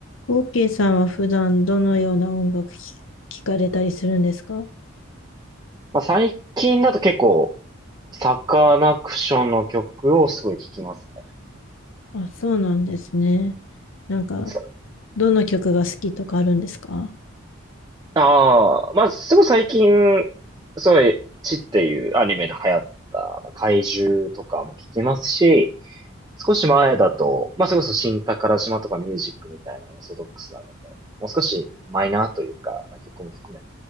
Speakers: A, on the left (about 65°); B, on the right (about 20°).
A: OK さんは普段どのような音楽き聞かれたりするんですか
B: まあ、最近だと結構、サカナクションの曲をすごい聴きますね。
A: あ、そうなんですね。なんか、
B: さ
A: どの曲が好きとかあるんですか
B: ああ、まあ、すごい最近、すごい、チっていうアニメで流行った、まあ、怪獣とかも聴きますし、少し前だと、まあ、それこそ新宝島とかミュージックみたいなオーソドックスなのも、もう少しマイナーというか、曲も含めて